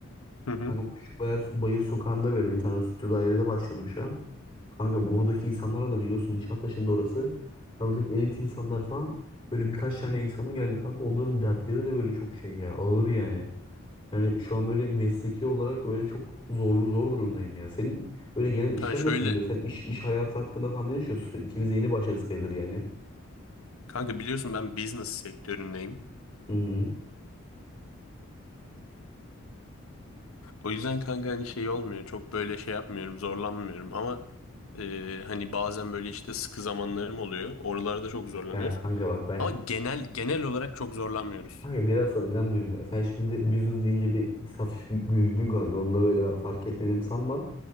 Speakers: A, on the left; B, on the left.
A: Hı hı.
B: Kanka bu küçük bayır, bayır sokağında böyle bir tane stüdyo dairede başladım şu an. Kanka buradaki insanlar da biliyorsun Nişantaşı'nda orası. Kanka çok elit insanlar falan. Böyle birkaç tane insana geldi kanka. Onların dertleri de böyle çok şey ya. Ağır yani. Yani şu an böyle mesleki olarak böyle çok zorlu zor durumdayım ya. Senin böyle genel işler
A: Kanka şöyle
B: nasıl gidiyor? Sen iş iş hayatı hakkında falan ne düşünüyorsun? İkimiz de yeni başladık sayılır yani.
A: kanka biliyorsun ben business sektöründeyim.
B: Hı hı.
A: O yüzden kanka hani şey olmuyor. Çok böyle şey yapmıyorum, zorlanmıyorum ama e, hani bazen böyle işte sıkı zamanlarım oluyor. Oralarda çok zorlanıyoruz.
B: Ya kanka bak ben
A: Ama genel genel olarak çok zorlanmıyoruz.
B: Kanka biraz sana inanmıyorum ya. Sen şimdi de business deyince bir hafif bir güldün kanka. Onu da böyle ben fark etmedim sanma.